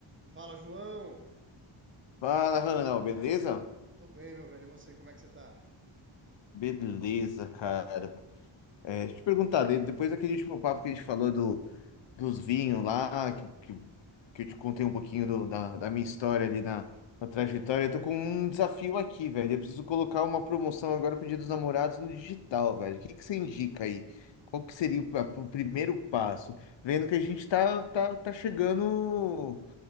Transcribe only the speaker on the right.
Fala, João!
Tô bem, meu velho. E você, como é que você tá?